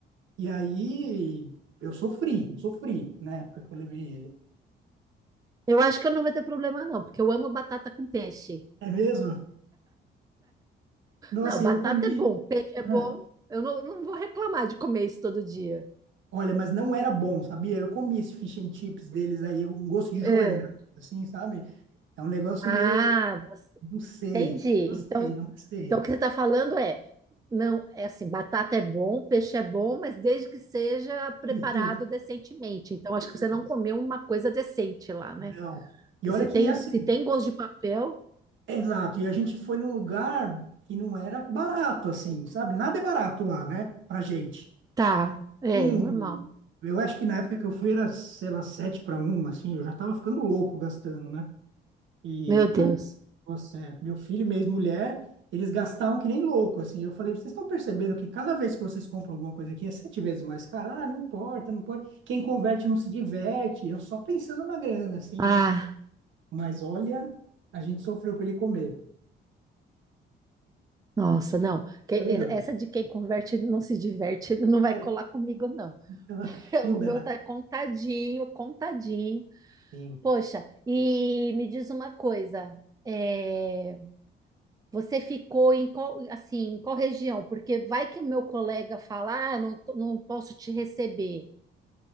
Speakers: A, on the right (about 75°); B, on the right (about 20°).
A: E aí eu sofri, sofri na época que eu levei ele.
B: Eu acho que eu não vou ter problema, não, porque eu amo batata com peixe.
A: É mesmo? Nossa,
B: Não, batata
A: e eu comi.
B: é bom, peixe é
A: Ah,
B: bom. Eu não, não vou reclamar de comer isso todo dia.
A: Olha, mas não era bom, sabia? Eu comi esse fish and chips deles aí, um gosto de jornal,
B: É.
A: assim, sabe? É um negócio
B: Ah,
A: meio, não sei,
B: Entendi.
A: não sei,
B: Então,
A: não sei.
B: então o que você está falando é, não, é assim, batata é bom, peixe é bom, mas desde que seja preparado
A: E-
B: decentemente. Então, acho
A: e-
B: que você não comeu uma coisa decente lá, né?
A: Não. E
B: Que
A: olha
B: se tem,
A: que assim,
B: se tem gosto de papel,
A: exato. E a gente foi num lugar que não era barato, assim, sabe? Nada é barato lá, né? Pra gente.
B: tá, é
A: Um,
B: normal.
A: eu acho que na época que eu fui era, sei lá, 7 para um assim, eu já tava ficando louco gastando, né? E,
B: Meu Deus.
A: nossa, é, meu filho e minha ex-mulher, eles gastavam que nem louco, assim. Eu falei, vocês estão percebendo que cada vez que vocês compram alguma coisa aqui é sete vezes mais cara? Ah, não importa, não pode Quem converte não se diverte. Eu só pensando na grana, assim,
B: Ah,
A: né? Mas olha, a gente sofreu para ele comer.
B: nossa, não. Que-
A: Foi
B: e-
A: legal.
B: Essa de quem converte não se diverte, não vai
A: É,
B: colar comigo, não.
A: <laughs>
B: <laughs>
A: não
B: O
A: dá.
B: meu tá contadinho, contadinho.
A: Sim.
B: Poxa, e me diz uma coisa. É... Você ficou em qual, assim, em qual região? Porque vai que meu colega falar, ah, não, tô- não posso te receber.